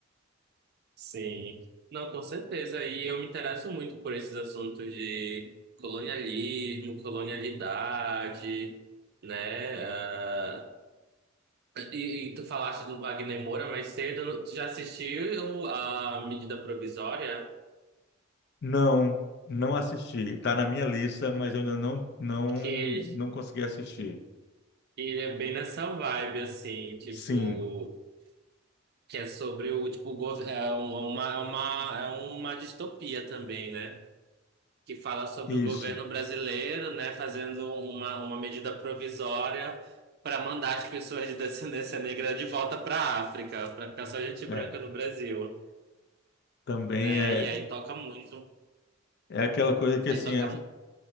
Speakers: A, on the right; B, on the left.
A: <laughs> Sim. Não, com certeza. E eu me interesso muito por esses assuntos de colonialismo, colonialidade, né? Ah, E, e tu falaste do Wagner Moura mais cedo, tu já assistiu a Medida Provisória?
B: Não, não assisti. Está na minha lista, mas eu ainda não, não,
A: Que ele,
B: não consegui assistir.
A: ele é bem nessa vibe, assim, tipo,
B: Sim,
A: que é sobre o, tipo, o gov- é um, uma, é uma, é uma distopia também, né? Que fala sobre
B: isso.
A: o governo brasileiro, né, fazendo uma, uma medida provisória para mandar as pessoas de descendência negra de volta para a África, para ficar só gente branca
B: É.
A: no Brasil,
B: Também
A: né?
B: é,
A: E aí toca muito.
B: é, é aquela coisa que
A: Aí
B: assim,
A: toca,
B: é-